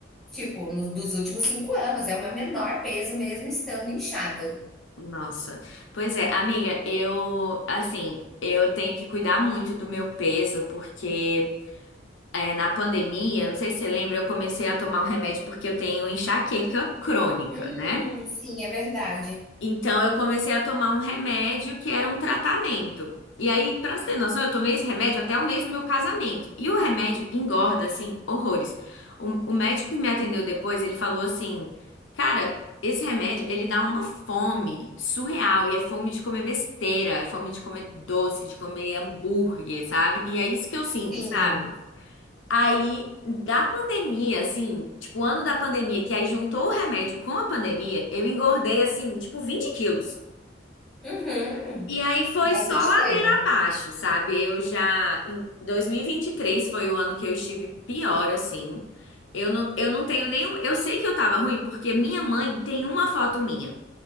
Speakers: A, in the centre; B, on the left.
A: tipo, nos dos últimos cinco anos. É o meu menor peso mesmo estando inchada.
B: Nossa. Pois é, amiga, eu, assim, eu tenho que cuidar muito do meu peso, porque é, na pandemia, não sei se você lembra, eu comecei a tomar um remédio porque eu tenho enxaqueca crônica,
A: Hum,
B: né?
A: sim, é verdade.
B: Então eu comecei a tomar um remédio que era um tratamento. E aí, pra você ter noção, eu tomei esse remédio até o mês do meu casamento. E o remédio engorda, assim, horrores. O, o médico que me atendeu depois, ele falou assim: Cara, esse remédio, ele dá uma fome surreal. E é fome de comer besteira, é fome de comer doce, de comer hambúrguer, sabe? E é isso que eu
A: Sim.
B: sinto, sabe? Aí, da pandemia, assim, tipo, o ano da pandemia, que aí juntou o remédio com a pandemia, eu engordei, assim, tipo, 20 quilos.
A: Uhum.
B: E aí foi
A: Bastante
B: só ladeira
A: coisa.
B: abaixo, sabe? Eu já. Em dois mil e e vinte e três foi o ano que eu estive pior, assim. Eu não, eu não tenho nenhum. Eu sei que eu tava ruim porque minha mãe tem uma foto minha.